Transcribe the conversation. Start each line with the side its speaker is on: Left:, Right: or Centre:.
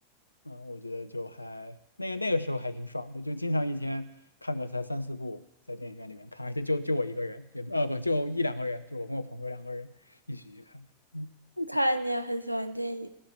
Left: 嗯，我觉得就还那个那个时候还挺爽的，就经常一天看个才三四部，在电影院里面看，而且就就我一个人，也呃不就一两个人，就我跟我朋友两个人一起去看。嗯
Right: 看来你也很喜欢电影，